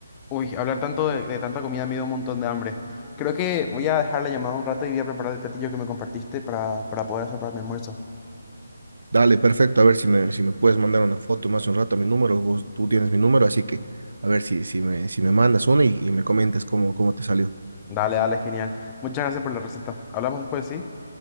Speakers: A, on the left; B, on the right.
A: Uy, hablar tanto de, de tanta comida me dio un montón de hambre. Creo que voy a dejar la llamada un rato y voy a preparar el platillo que me compartiste para, para poder hacer para mi almuerzo.
B: Dale, perfecto, a ver si me, si me puedes mandar una foto más un rato a mi número, vos, tú tienes mi número, así que a ver si, si me, si me mandas una y, y me comentas cómo, cómo te salió.
A: Dale, dale, genial. Muchas gracias por la receta. Hablamos después, ¿sí?